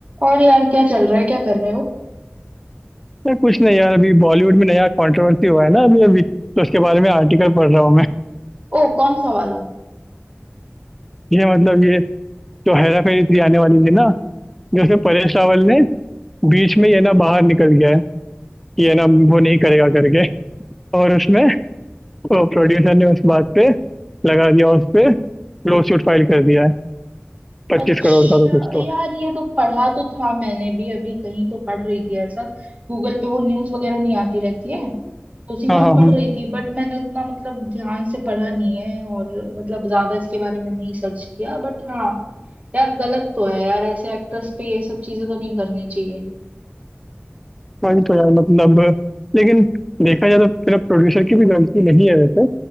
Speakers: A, on the right; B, in the centre.
A: और यार क्या चल रहा है क्या कर रहे हो
B: यार कुछ नहीं यार अभी बॉलीवुड में नया कंट्रोवर्सी हुआ है ना अभी अभी तो उसके बारे में आर्टिकल पढ़ रहा हूँ मैं
A: ओ कौन सा वाला
B: ये मतलब ये जो हेरा फेरी थ्री आने वाली थी ना जैसे परेश रावल ने बीच में ये ना बाहर निकल गया है कि ये ना वो नहीं करेगा करके और उसमें
A: ये
B: वो प्रोड्यूसर ने उस बात पे लगा दिया उस पे लॉसूट फाइल कर दिया है पच्चीस
A: अच्छा
B: करोड़ का तो कुछ तो
A: यार ये तो पढ़ा तो था मैंने भी अभी कहीं तो पढ़ रही थी ऐसा गूगल पे वो न्यूज़ वगैरह नहीं आती रहती है तो उसी
B: हाँ
A: में
B: हाँ
A: पढ़
B: हाँ
A: रही थी बट मैंने उतना मतलब ध्यान से पढ़ा नहीं है और मतलब ज्यादा इसके बारे में नहीं सर्च किया बट हाँ यार गलत तो है यार ऐसे एक्टर्स पे ये सब चीजें तो नहीं करनी चाहिए
B: वही तो यार मतलब लेकिन देखा जाए तो फिर प्रोड्यूसर की भी गलती नहीं है वैसे